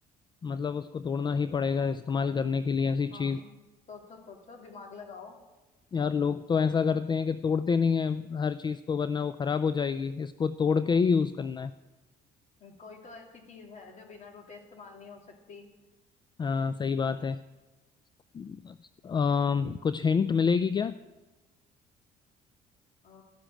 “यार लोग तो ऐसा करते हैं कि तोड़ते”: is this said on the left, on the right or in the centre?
Left